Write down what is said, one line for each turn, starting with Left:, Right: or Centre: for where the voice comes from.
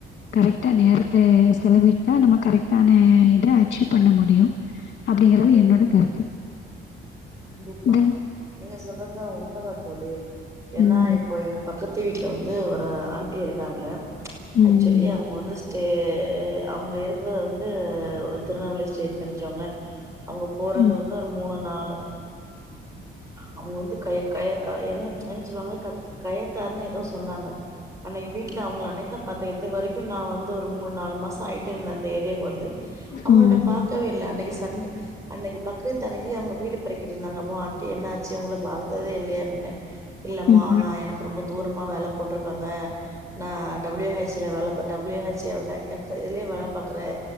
Left: கரெக்டா நேரத் தே செலவிட்டா நம்ம கரெக்டான இத அச்சீவ் பண்ண முடியு அப்டிங்கிறது என்னோட கருத்து
Right: கண்டிப்பாவா
Left: இந்த
Right: நீங்க சொல் எல்லா உண்மதா தோழி என்னா
Left: ம்
Right: இப்போ எங்க பக்கத்து வீட்ல வந்து ஒரு ஆன்ட்டி இருக்காங்க
Left: ம் ம்
Right: ஆக்சுலி அவங்க வந்து டே அவங்க இருக்றது வந்து ஒரு திருநெல்வேலி ஸ்டேட் நினைச்கோங்க அவங்க போறது
Left: ம்
Right: வந்து ஒரு மூணு நாள் அவுங்க வந்து கைர் கயர் கத எங என்னச் சொல்லுவாங்க கத் கயத்தார்னு எதோ சொன்னாங்க அன்னகி வீட்ல அவுங்ள அன்னக்தா பாத்த எதுவரைக் கு நா வந்து ஒரு மூணு நாலு மாச ஆயிட்டு இந்தந்த ஏரியாக்கு வந்து அவுங்கள
Left: ம்
Right: நா பாக்கவே இல்ல அன்னைக்கு சண்ட் அன்னைக்கு பக்ரித் அன்னைக்கு அவங்க வீடு இருந்தாங்க வோ ஆண்ட்டி என்னாச் ச்சி உங்கள பார்த்ததே இல்லயே அப்டின்னே இல்லம்மா
Left: ம்
Right: நா எனக்கு ரொம்ப தூர் ரமா வேல போட்ருக்காங்க நா டபுல்யோ ஹைச்சில வேல பாத் டபுல்யோ ஹச்சி ஒகே எஃப் எதுலயோ வேல பாக்குரே